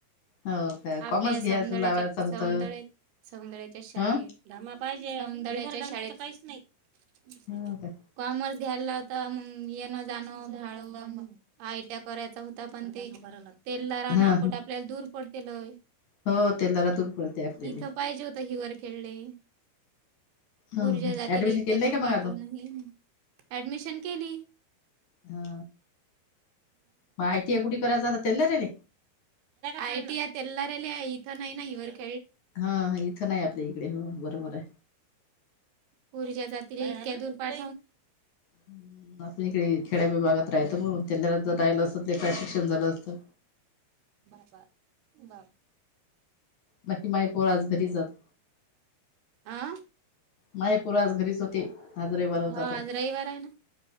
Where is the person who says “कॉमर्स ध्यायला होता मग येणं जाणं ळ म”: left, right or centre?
Right